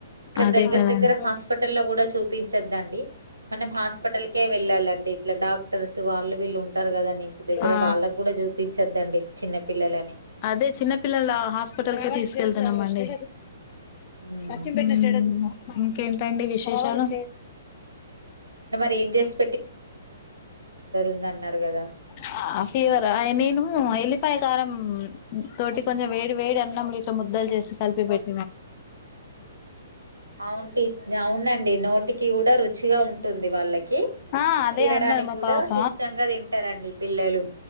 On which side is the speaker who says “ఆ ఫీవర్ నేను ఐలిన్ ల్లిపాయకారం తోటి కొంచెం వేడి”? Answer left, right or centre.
Left